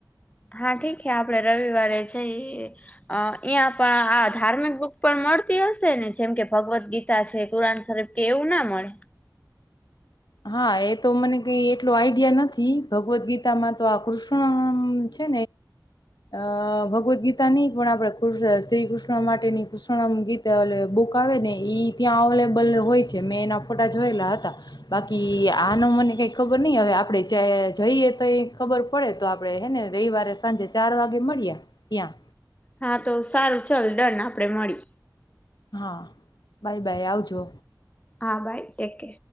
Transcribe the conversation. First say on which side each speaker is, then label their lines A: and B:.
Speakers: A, on the left (about 20°); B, on the left (about 65°).
A: હા ઠીક છે આપડે રવિવારે જઈ અહીં પણ આ ધાર્મિક બુક પણ મળતી હશે ને જેમ કે ભગવદ્ ગીતા છે કુરાન શરીફ કે એવું ના મળે
B: હા એ તો મને કઈ એટલો આઈડિયા નથી ભગવદ્ ગીતામાં તો આ કૃષ્ણ છે <inaudible> અ ભગવદ્ ગીતા નહી પણ આપડે કૃષ્ણ શ્રી કૃષ્ણ માટેની કૃષ્ણ ગીતા એલે બ ક આવે ને ઈ ત્યાં અવેલેબલ હોય છે મેં એના ફોટા જોયેલા હતા. બાકી આનું મને કઈ ખબર નહી હવે આપણે જ જઈએ તો એ ખબર પડે તો આપડે હેને રવિવારે સાંજે ચાર વાગે મળ્યા ત્યાં
A: હા તો સારું ચાલ દંડ આપડે મળી
B: હા બાય બાય આવજો.
A: હા બાય ટેક કે.